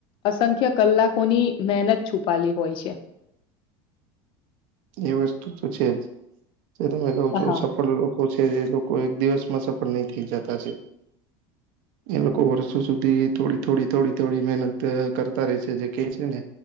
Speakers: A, on the left; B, on the right.
A: અસંખ્ય કલાકોની મહેનત છુપાયેલી હોય છે.
B: એ વસ્તુ તો છે જ, જે તમે કમ
A: હા,
B: છો સફળ લો લોકો છે એ લોકો એક દિવસમાં સફળ નહી થઈ જતા છે. એ લોકો વર્ષો સુધી થોડી થોડી થોડી થોડી મહેનત કરતા રે છે જે કહે છે ને